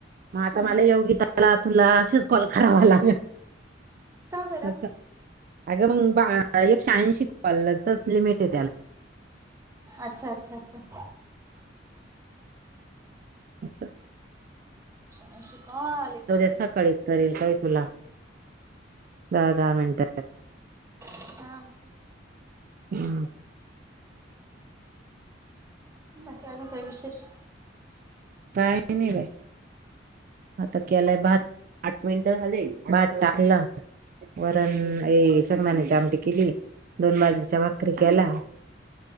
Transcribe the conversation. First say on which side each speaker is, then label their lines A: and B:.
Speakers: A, on the right; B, on the right.
A: मग आता
B: हा
A: मला
B: हा
A: येऊगीताला तुला असेच कॉल करावा लागेल.
B: का बरं
A: अस अग म बा एक शहाऐंशी कॉलचच लिमिेटे त्याला.
B: अच्छा अच्छा अच्छा.
A: अच्छा. <unintelligible>
B: एकशेएंशी कॉल एकशेएंशी
A: सकाळी करेल काय तुला दहा दहा मिनट.
B: हा मग काय
A: हम.
B: बाकी आजुन काही विशेष?
A: काही नाही बाई. आता केलाय भात आठ मिनट झाले भात टाकलं. वरण शेंगदाण्याची आमटी केली. दोन बाजरीच्या भाकरी केला.